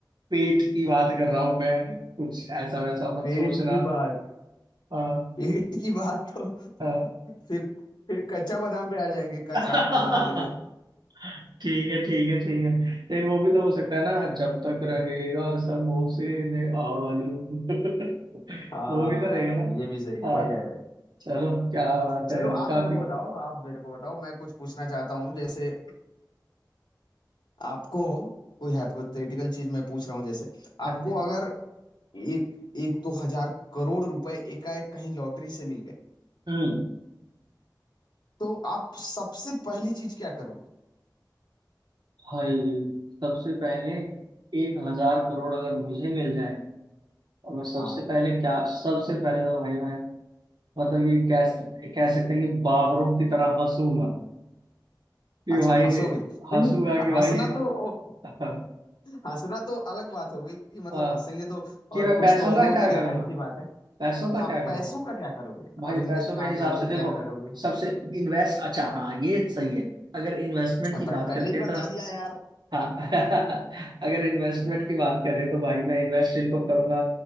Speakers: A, on the right; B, on the left.
A: पेट की बात कर रहा हूं मैं कुछ ऐसा वैसा मत
B: पेट
A: सोचना
B: की बात
A: हाँ
B: पेट की बात तो
A: हाँ
B: फिर फिर कच्चा बादाम पे आ जाएंगे कच्चा
A: <laughs>
B: बादाम ले लो
A: ठीक है ठीक है ठीक है लेकिन वो भी तो हो सकता है ना जब तक रहेगा समोसे में आलू <laughs>
B: हाँ
A: वो भी तो रहेगा ना
B: ये भी सही है
A: हाँ
B: बढ़िया है
A: चलो क्या बात
B: चलो
A: है यार
B: आप
A: काफी
B: मेरे को बताओ आप मेरे को बताओ मैं कुछ पूछना चाहता हूँ जैसे आपको कोई हाइपोथेटिकल चीज मैं पूछ रहा हूँ जैसे
A: हाँ
B: आपको
A: जी
B: अगर एक एक दो हजार करोड़ रुपए एकाएक कहीं लॉटरी से मिल गए
A: हम्म
B: तो आप सबसे पहली चीज क्या करोगे
A: हाय सबसे पहले एक हजार करोड़ अगर मुझे मिल जाए और मैं सबसे
B: हाँ
A: पहले क्या सबसे पहले तो भाई मैं मतलब ये कह सक- कह सकते हैं कि बाबरों की तरह हंसूंगा कि
B: अच्छा
A: भाई
B: हंसोगे नहीं
A: हंसूंगा
B: नहीं
A: कि भाई
B: हंसना तो ओ,
A: <laughs>
B: हंसना तो अलग बात होगी कि मतलब
A: हाँ,
B: हंसेंगे तो
A: कि
B: और
A: मैं
B: खुश
A: पैसों
B: तो होंगे
A: का
B: वो
A: क्या
B: तो
A: करूंगा
B: जाहिर सी बात है
A: पैसों का
B: हाँ
A: क्या करूंगा
B: पैसों का क्या करोगे
A: भाई
B: और इन्वेस्ट
A: पैसों
B: कहाँ
A: के हिसाब
B: करोगे
A: से
B: क्या
A: देखो
B: करोगे
A: सबसे इन्वेस्ट अच्छा हाँ ये सही है अगर इन्वेस्टमेंट
B: पह,
A: की बात
B: पहले
A: करते
B: ही
A: हैं
B: बता
A: तो
B: दिया यार
A: हाँ <laughs> अगर इन्वेस्टमेंट की बात करें तो भाई मैं इन्वेस्ट इनको करूंगा